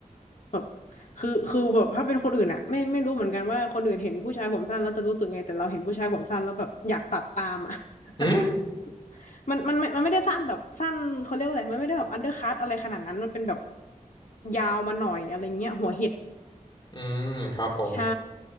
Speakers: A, on the left; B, on the left.
A: แบบคือคือแบบถ้าเป็นคนอื่นอะไม่ไม่รู้เหมือนกันว่าคนอื่นเห็นผู้ชายผมสั้นแล้วจะรู้สึกไงแต่เราเห็นผู้ชายผมสั้นแล้วแบบอยากตัดตามอะ <laughs>
B: อืม
A: มันมันไม่มันไม่ได้สั้นแบบสั้นเขาเรียกว่าอะไรมันไม่ได้แบบอันเดอร์คัตอะไรขนาดนั้นมันเป็นแบบยาวมาหน่อยอะไรเงี้ยหัวเห็ด
B: อืมครับผม
A: ใช่